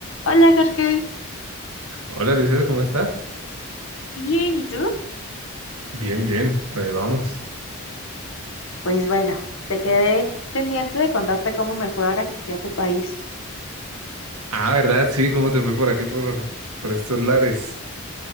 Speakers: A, on the left; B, on the right.
A: Hola Jorge,
B: Hola, Luisito, ¿cómo estás?
A: bien, ¿y tú?
B: Bien, bien, por ahí vamos.
A: Pues bueno, te quedé pendiente de contarte cómo me fue ahora que fui a tu país.
B: Ah, ¿verdad? Sí, ¿cómo te fue por aquí, por, por estos lares?